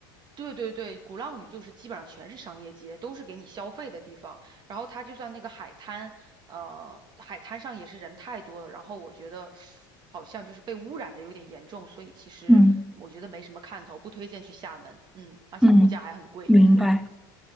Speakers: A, on the right (about 40°); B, in the centre.
A: 对对对，鼓浪屿就是基本上全是商业街，都是给你消费的地方。然后它就算那个海滩，呃，海滩上也是人太多了，然后我觉得好像就是被污染的有点严重，所以其实我觉得没什么看头，
B: 嗯
A: 不推荐去厦门。嗯，而且物价还很贵。
B: 嗯。明白。
A: <laughs>